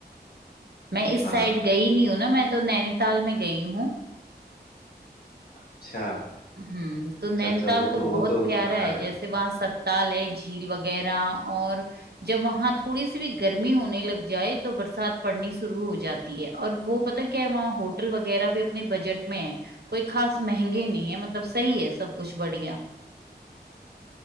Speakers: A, on the right; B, on the left.
A: मैं इस
B: हाँ
A: साइड गई नहीं हूँ ना मैं तो नैनीताल में गई हूँ
B: अच्छा
A: हम्म तो नैनीताल
B: अच्छा अच्छा वो
A: तो
B: तो वो
A: बहुत
B: तो
A: प्यारा
B: शानदार
A: है
B: जगह
A: जैसे वहाँ सत्ताल है झील वगैरह और जब वहाँ थोड़ी सी भी गर्मी होने लग जाए तो बरसात पड़नी शुरू हो जाती है और वो पता क्या है वहाँ होटल वगैरह भी अपने बजट में है कोई खास महंगे नहीं है मतलब सही है सब कुछ बढ़िया